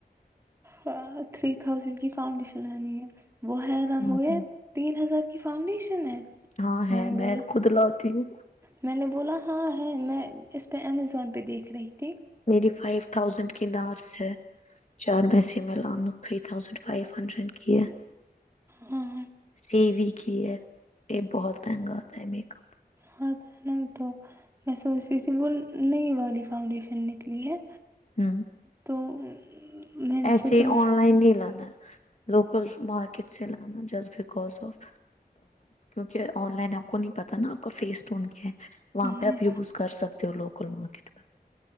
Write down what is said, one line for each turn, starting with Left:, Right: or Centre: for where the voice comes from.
Right: ہاں تھری تھاؤزینڈ کی فاؤنڈیشن لنی ہے وہ ہے
Left: ہوں
Right: رن ہو گئے
Left: ہوں
Right: تین ہزار کی فاؤنڈیشن ہے
Left: ہاں ہے
Right: نے
Left: میں
Right: بولا
Left: خود لاتی ہوں
Right: میں نے بولا ہاں ہے میں اس پہ امیزون پہ دیکھ رہی تھی
Left: میری فائیو تھازینڈ کی نارس ہے چار میںس میں لانوں تھری تھازینڈ فائیو ہنڈریڈ کی ہے
Right: ہاں ہاں
Left: سیوی کی ہے یہ بہت مہنگا تھا ہے میک اپ
Right: ہ ن تو میں سوچ رہی تھی وہ نئی والی فاؤنڈیشن نکلی ہے
Left: ہ
Right: تو میں نے
Left: ایسے
Right: سوچا میں
Left: آن لائن نہیں لانا ہے لوکل مارکیٹ سے لانا جسٹ بکز آف کیونکہ آن لائن آپ کو نہیں پتا نا آپ کا فیس ٹون کیا ہے وہاں
Right: نہیں،
Left: پہ آپ ی بوز کر سکتے ہو لوگ کل مارکیٹ میں